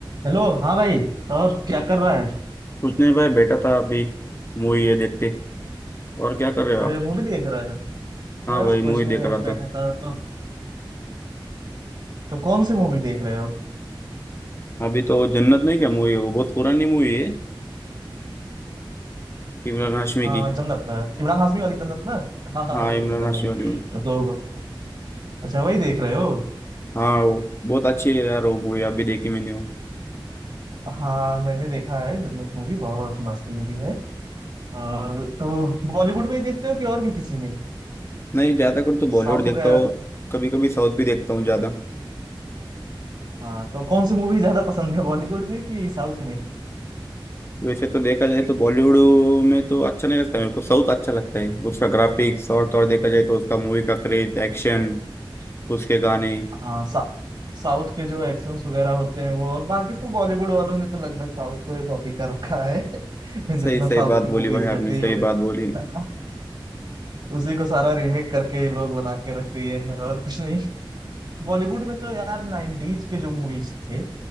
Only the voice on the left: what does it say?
कुछ नहीं भाई बैठा था अभी मूवी ये देखते और क्या कर रहे हो
आप
हाँ
भाई मूवी
देख
रहा
था
अभी तो जन्नत नहीं क्या मूवी है वो बहुत पुरानी मूवी है इमरान हाशमी
की
हाँ
इमरान
हाशमी
वाली मूवी
हाँ वो बहुत अच्छी है यार वो मूवी अभी देखी मैंने वो
नहीं ज्यादा कर तो बॉलीवुड
देखता
हूँ कभी कभी साउथ भी देखता हूँ
ज्यादा
वैसे तो देखा जाए तो बॉलीवुड में तो अच्छा नहीं लगता मेरे को साउथ अच्छा लगता है उसका ग्राफिक्स और तो और देखा जाए तो उसका मूवी का क्रेज एक्शन उसके गाने
सही सही
बात
बोली भाई
आपने सही
बात बोली